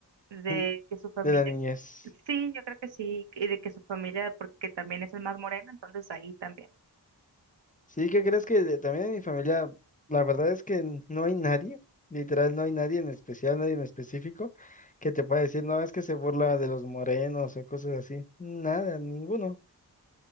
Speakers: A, on the left (about 20°); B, on the right (about 80°).
A: <laughs>
B: de que su familia,
A: De la niñez.
B: sí, yo creo que sí, y de que su familia, porque también es el más moreno, entonces ahí también.
A: Sí, ¿qué crees que de- también en mi familia, la verdad es que n- no hay nadie, literal, no hay nadie en especial, nadie en específico, que te pueda decir, no, es que se burla de los morenos o cosas así. Nada, ninguno.